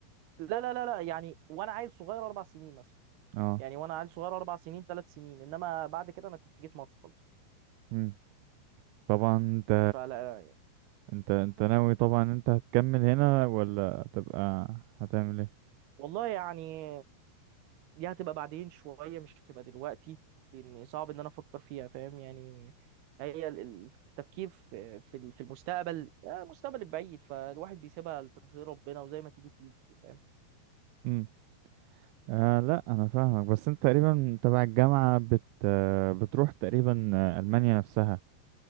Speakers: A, on the right; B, on the right.
A: لا لا لا لا يعني وانا عيل صغير اربع سنين مثلا
B: اه
A: يعني وانا عيل صغير اربع سنين ثلاث سنين انما بعد كده انا كنت جيت مصر خلاص
B: مم. طبعا انت
A: فلا يعني.
B: انت انت ناوي طبعا انت هتكمل هنا ولا هتبقى هتعمل ايه
A: والله يعني دي هتبقى بعدين شويه مش هتبقى دلوقتي لان صعب ان انا افكر فيها فاهم يعني هي ال- ال- التفكير في في في المستقبل آه، المستقبل البعيد فالواحد بيسيبها لتقدير ربنا وزي ما تيجي تيجي فاهم
B: امم آه لا انا فاهمك بس انت تقريبا تبع الجامعة بت آه، بتروح تقريبا آه، المانيا نفسها